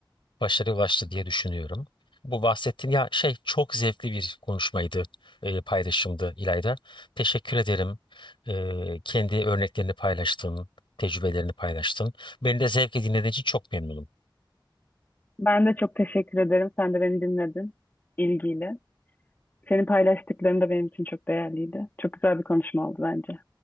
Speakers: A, on the left; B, on the left.
A: başarıya ulaştı diye düşünüyorum. Bu bahsettiğin ya şey çok zevkli bir konuşmaydı, e, paylaşımdı İlayda. Teşekkür ederim. E, kendi örneklerini paylaştın, tecrübelerini paylaştın. Beni de zevkle dinlediğin için çok memnunum.
B: Ben de çok teşekkür ederim. Sen de beni dinledin ilgiyle. Senin paylaştıkların da benim için çok değerliydi. Çok güzel bir konuşma oldu bence.